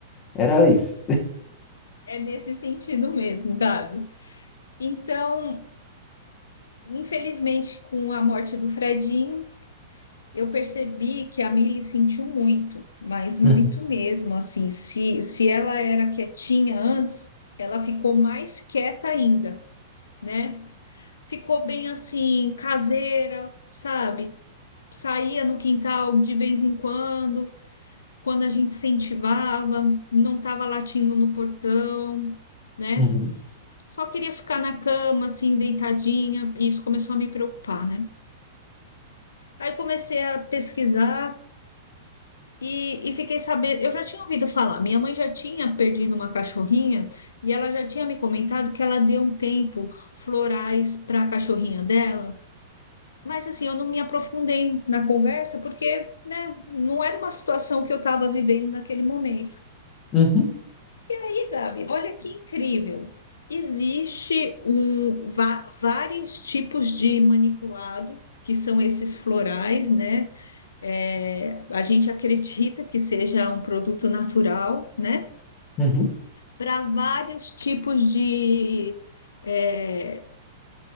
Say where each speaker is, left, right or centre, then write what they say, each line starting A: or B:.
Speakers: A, on the left; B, on the left.
A: Era isso.
B: é nesse sentido mesmo, Gabi. Então, Infelizmente, com a morte do Fredinho, eu percebi que a Milly sentiu muito, mas muito
A: <laughs>
B: mesmo, assim, se, se ela era quietinha antes, ela ficou mais quieta ainda, né? Ficou bem assim, caseira, sabe? Saía no quintal de vez em quando, quando a gente incentivava, não estava latindo no portão, né?
A: Uhum, uhum,
B: Só queria ficar na cama, assim, deitadinha, e isso começou a me preocupar, né? Aí comecei a pesquisar e, e fiquei sabendo. Eu já tinha ouvido falar, minha mãe já tinha perdido uma cachorrinha e ela já tinha me comentado que ela deu um tempo florais para a cachorrinha dela. Mas assim, eu não me aprofundei na conversa porque, né, não era uma situação que eu estava vivendo naquele momento.
A: uhum,
B: E, Gabi, olha que incrível. Existe um, va- vários tipos de manipulado, que são esses florais, né? É, a gente acredita que seja um produto natural, né?
A: uhum,
B: Para vários tipos de é,